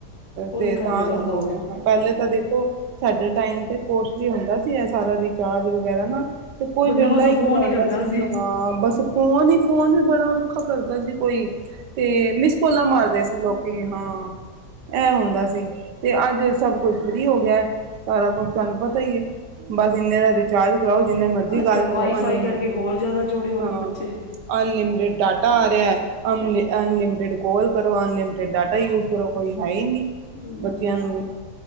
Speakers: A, on the left; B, on the right.
A: ਉਹਦੇ
B: ਤੇ
A: ਕਰਕੇ
B: ਤਾਂ
A: ਜ਼ਿਆਦਾ
B: ਦਾ ਹੋ ਗਿਆ ਹਾ। ਪਹਿਲੇ ਤਾਂ ਦੇਖੋ ਸਾਡੇ ਟਾਈਮ ਤੇ ਕੋਸਟਲੀ ਹੁੰਦਾ ਸੀ ਏ ਸਾਰਾ ਰਿਚਾਰਜ ਵਗੈਰਾ ਨਾ ਤੇ ਕੋਈ
A: ਬੰਦਾ
B: ਵਿਹਲਾ
A: ਮਸਾ
B: ਹੀ
A: ਫੋਨ
B: ਕਰਵਾਉਂਦਾ
A: ਕਰਦਾ
B: ਸੀ ਹਾਂ ਬਸ ਫੋਨ ਹੀ ਫੋਨ ਵੀ ਬੜਾ ਔਖਾ ਕਰਦਾ ਸੀ ਕੋਈ, ਤੇ ਮਿਸ ਕੋਲਾਂ ਮਾਰਦੇ ਸੀ ਲੋਕੀ ਹਾਂ। ਇਹ ਹੁੰਦਾ ਸੀ, ਤੇ ਅੱਜ ਸਭ ਕੁੱਝ ਫ੍ਰਰੀ ਹੋ ਗਿਆ। ਸਾਰਾ ਕੁਛ ਤੁਹਾਨੂੰ ਪਤਾ ਹੀ, ਬਸ ਇੰਨੇ ਦਾ ਰਿਚਾਰਜ ਕਰੋ ਜਿੰਨੇ ਮਰਜ਼ੀ
A: ਅੱਜ
B: ਗੱਲ
A: ਕੱਲ
B: ਕਰੋ
A: ਵਾਈਫਾਈ
B: ਅਨਲਿਮ
A: ਕਰਕੇ ਹੋਰ ਜ਼ਿਆਦਾ ਜੋੜੇ ਹੋ
B: ਹਾਂ
A: ਗਏ ਨੇ ਬੱਚੇ
B: ਅਨਲਿਮਿਟਿਡ ਡਾਟਾ ਆ ਰਿਹਾ ਹੈ ਅਨਲਿਮਟਿਡ
A: ਹਾਂ
B: ਕੋਲ ਕਰੋ, ਅਨਲਿਮਟਿਡ ਡਾਟਾ ਯੂਜ ਕਰੋ ਕੋਈ ਹੈ ਹੀ ਨਹੀਂ।
A: ਹੂੰ।
B: ਬੱਚਿਆਂ ਨੂੰ